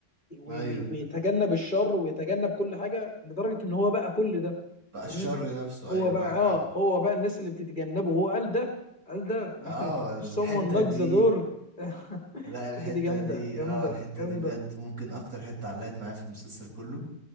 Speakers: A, on the left; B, on the right.
A: وي-
B: ايوه
A: وي- ويتجنب الشر ويتجنب كل حاجة لدرجة إن هو بقى كل ده
B: بقى
A: فاهمني؟
B: الشر نفسه
A: هو
B: ايوه
A: بقى
B: معاك
A: اه
B: حق
A: هو بقى الناس اللي بتتجنبه هو قال ده قال ده
B: اه
A: <laughs>
B: الحتة
A: someone knocks
B: دي
A: the door <laughs>
B: لا الحتة
A: الحته دي جامده
B: دي
A: جامده
B: اه الحتة
A: جامده
B: دي بجد ممكن اكتر حتة علقت معايا في المسلسل كله